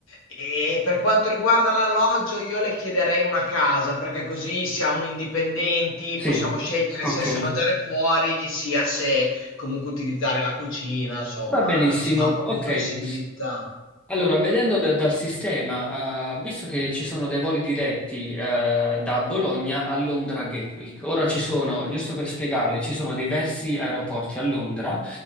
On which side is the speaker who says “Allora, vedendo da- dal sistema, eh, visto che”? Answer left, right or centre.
Centre